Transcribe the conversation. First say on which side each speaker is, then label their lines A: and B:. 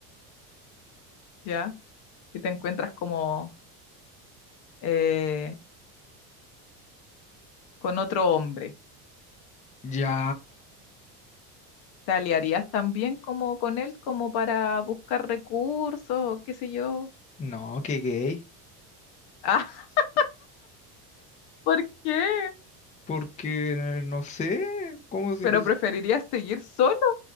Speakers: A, on the left; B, on the left.
A: ¿ya? Y te encuentras como eh, con otro hombre,
B: ya,
A: ¿te aliarías también como con él como para buscar recursos, qué sé yo?
B: no, qué gay,
A: <laughs> Ah, ¿por qué?
B: porque eh, no sé, cómo se...
A: ¿Pero preferirías seguir solo?